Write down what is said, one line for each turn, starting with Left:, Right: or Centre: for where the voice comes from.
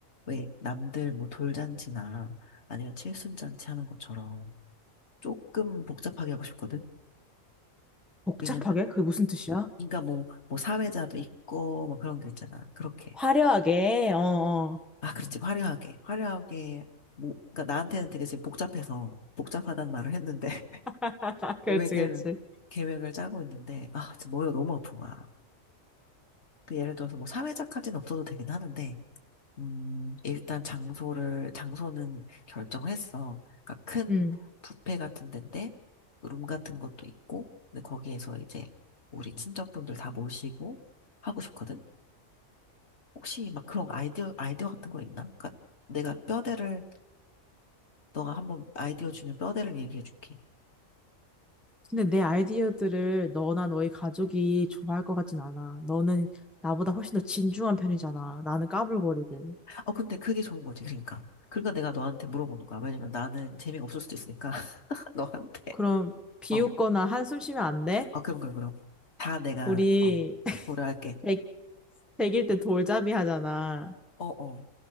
Left: 왜 남들 뭐 돌잔치나 아니면 칠순잔치 하는 것처럼 조금 복잡하게 하고 싶거든?
Centre: 복잡하게?
Left: 왜냐면,
Centre: 그게 무슨 뜻이야?
Left: 그러니까 뭐, 뭐 사회자도 있고, 뭐 그런 게 있잖아. 그렇게.
Centre: 화려하게, 어, 어.
Left: 아, 그렇지. 화려하게. 화려하게. 뭐, 그러니까 나한테는 되게 지금 복잡해서 복잡하단 말을 했는데
Centre: <laughs>
Left: <laughs>
Centre: 그렇지,
Left: 계획을
Centre: 그렇지.
Left: 계획을 짜고 있는데 아, 지금 머리가 너무 아픈 거야. 그 예를 들어서 뭐 사회자까지는 없어도 되긴 하는데 음, 일단 장소를 장소는 결정을 했어. 그러니까 큰
Centre: 응.
Left: 뷔페 같은 데인데 룸 같은 것도 있고 근데 거기에서 이제 우리 친척분들 다 모시고 하고 싶거든. 혹시 막 그런 아이디어 아이디어 같은 거 있나? 그러니까 내가 뼈대를 너가 한번 아이디어 주면 뼈대를 얘기해 줄게.
Centre: 근데 내 아이디어들을 너나 너희 가족이 좋아할 것 같진 않아. 너는 나보다 훨씬 더 진중한 편이잖아. 나는 까불거리고.
Left: 어, 근데 그게 좋은 거지, 그러니까. 그러니까 내가 너한테 물어보는 거야. 왜냐면 나는 재미없을 수도 있으니까, <laughs> 너한테.
Centre: 그럼 비웃거나
Left: 어,
Centre: 한숨 쉬면 안 돼?
Left: 어, 그럼, 그럼, 그럼. 다 내가,
Centre: 우리
Left: 어,
Centre: <laughs>
Left: 고려할게.
Centre: 백, 백일 때 돌잡이 하잖아.
Left: 어, 어.